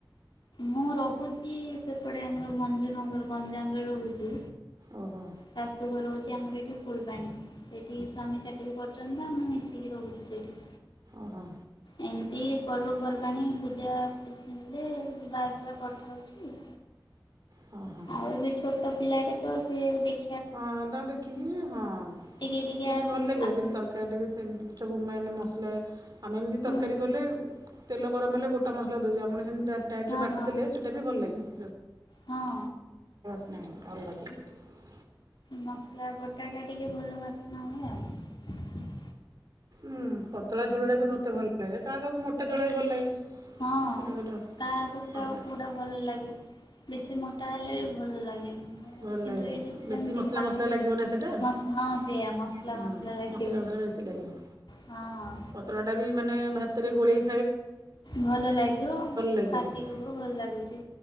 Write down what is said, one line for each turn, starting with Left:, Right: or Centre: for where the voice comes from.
Left: ମୁଁ ରହୁଛି ସେ ଏପଟେ ଆମର ଭଞ୍ଜନଗର ଗଞ୍ଜାମରେ ରହୁଛି
Right: ଓହୋ
Left: ଶାଶୁଘର ଯେ ଆମର ଏଠି ଫୁଲବାଣୀ ସେଇଠି ସ୍ୱାମୀ ଚାକିରି କରୁଛନ୍ତି ତ ଆମେ ମିଶିକି ରହୁଛୁ ସେଇଠି
Right: ଓହୋ।
Left: ଏମିତି ପର୍ବପର୍ବାଣି ପୂଜା ପିଜି ହେଲେ ଯିବା ଆସିବା କରିଥାଉଛି।
Right: ହଁ ହଁ
Left: ଆଉ ଏ ବି ଛୋଟ ପିଲାଟେ ତ ସେ ଦେଖ
Right: ହଁ ତାଙ୍କୁ ଦେଖିକି ହଁ
Left: ଟିକେ ଟିକେ
Right: ନାଇଁ ଭଲ ଲାଗିବ
Left: ଆସୁଛି
Right: ଯେମିତି ତରକାରୀଟେ ବି ସେମିତି ସବୁ ମାନେ ମସଲା ଆମେ ଏମିତି
Left: ହୁଁ
Right: ତରକାରୀ କଲେ ତେଲ ଗରମ ହେଲେ ଗୋଟା ମସଲା ଦେଉଛେ ଆପଣ ସେମିତି ଡାଟ୍
Left: ହଁ
Right: ଯେଉଁ ବାଟି
Left: ହଁ
Right: ଦେ ସେଟା ବି ଭଲ ଲାଗିବ।
Left: ହଁ।
Right: ଅହୋ।
Left: ମସଲା ବଟା ଟା ଟିକେ ଭଲ ବାସ୍ନା ହୁଏ ଆଉ।
Right: ଉୁଁ ପତଳା ଝୋଳଡା ବି ମତେ ଭଲ ଲାଗେ କାହା କାହାକୁ ମୋଟା ଝୋଳ ବି ଭଲ ଲାଗେ?
Left: ହଁ
Right: ସମସ୍ତଙ୍କର
Left: କାହାକୁ କଉ
Right: ହଁ
Left: କୋଉଟା ଭଲ ଲାଗେ ବେଶୀ ମୋଟା ହେଲେ ବି ଭଲ ଲାଗେନି
Right: ଭଲ
Left: କିନ୍ତୁ
Right: ଲାଗେନି
Left: ଏଇଠି ସେମତି
Right: ବେଶୀ ମସଲା
Left: ଖା
Right: ମସଲା ଲାଗିବ ନା ସେଇଟା।
Left: ମସ ହ ସେଆ ମସଲା
Right: ହୁଁ
Left: ମସଲା ଲାଗିବ।
Right: ମସଲା ଲାଗିବ
Left: ହଁ
Right: ପତଳା ଟା ବି ମାନେ ଭାତରେ ଗୋଳେଇ
Left: ଭଲ ଲାଗିବ
Right: ଲାଗିବ
Left: ପାଟିକୁବ
Right: ବି ହଁ
Left: ଭଲ ଲାଗୁଛି।